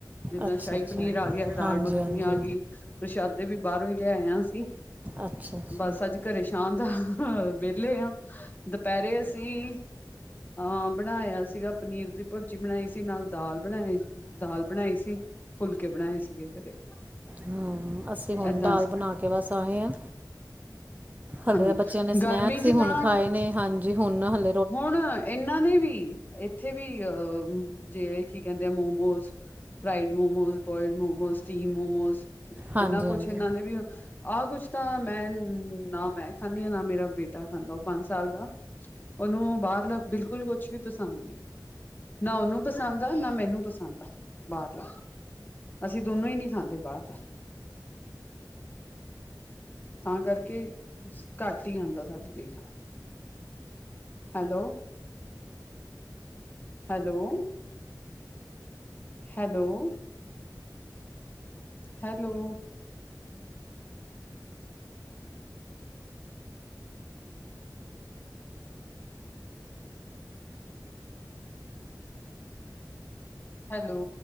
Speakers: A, on the left; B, on the right.
A: ਜਿੱਦਾਂ
B: ਅੱਛਾ
A: ਸ਼ਾਹੀ
B: ਅੱਛਾ
A: ਪਨੀਰ ਆ ਗਿਆ, ਦਾਲ
B: ਹਾਂਜੀ
A: ਮੱਖਣੀ
B: ਹਾਂਜੀ
A: ਆਗੀ, ਪ੍ਰਸ਼ਾਦੇ ਵੀ ਬਾਰੋਂ ਈ ਲਿਆਏਆ ਅਸੀਂ।
B: ਅੱਛਾ ਅੱਛਾ
A: ਬਸ ਆੱਜ ਘਰੇ ਸ਼ਾਮ ਦਾ ਵੇਲੇ ਆ ਦੁਪੈਰੇ ਅਸੀਂ ਆ ਬਣਾਇਆ ਸੀਗਾ ਪਨੀਰ ਦੀ ਭੁਰਜੀ ਬਣਾਈ ਸੀ ਨਾਲ ਦਾਲ ਬਣਾਏ ਦਾਲ ਬਣਾਈ ਸੀ, ਫੁਲਕੇ ਬਣਾਏ ਸੀਗੇ ਘਰੇ।
B: ਹੂੰ, ਅਸੀਂ ਹੁਣ
A: ਏਦਾਂ
B: ਦਾਲ
A: ਸੀ
B: ਬਣਾ ਕੇ ਬਸ ਆਏ ਆ। ਹਲੇ
A: ਹਾਂਜੀ
B: ਐ ਬੱਚਿਆਂ ਨੇ ਸਨੈਕਸ
A: ਗਰਮੀ
B: ਈ
A: ਚ
B: ਹੁਣ
A: ਤਾਂ
B: ਖਾਏ ਨੇ ਹਾਂਜੀ ਹੁਣ ਹ
A: ਹੁਣ ਇਹਨਾਂ ਦੇ ਵੀ। ਇੱਥੇ ਵੀ ਅ ਜਿਹੜੇ ਕੀ ਕਹਿੰਦੇ ਆ momos. Fried momos, boil momos, steam momos,
B: ਹਾਂਜੀ
A: ਇਨਾ ਕੁਛ
B: ਹਾਂਜੀ
A: ਇਹਨਾਂ ਨੇ ਵੀ। ਆਹ ਕੁਛ ਤਾਂ ਮੈਂ ਨਾ ਮੈਂ ਖਾਂਦੀ ਹਾਂ, ਨਾ ਮੇਰਾ ਬੇਟਾ ਖਾਂਦਾ ਉਹ ਪੰਜ ਸਾਲ ਦਾ। ਪਰ ਉਹਨੂੰ ਬਾਹਰਲਾ ਬਿਲਕੁਲ ਕੁਛ ਵੀ ਪਸੰਦ ਨਹੀਂ ਆ। ਨਾ ਉਹਨੂੰ ਪਸੰਦ ਆ, ਨਾ ਮੈਨੂੰ ਪਸੰਦ ਆ ਬਾਹਰਲਾ। ਅਸੀਂ ਦੋਨੋਂ ਹੀ ਨਹੀਂ ਖਾਂਦੇ ਬਾਹਰ ਦਾ। ਤਾਂ ਕਰਕੇ ਘੱਟ ਹੀ ਆਉਂਦਾ, ਸਾਡੇ ਲਈ ਤਾਂ। Hello. Hello. Hello hello. Hello.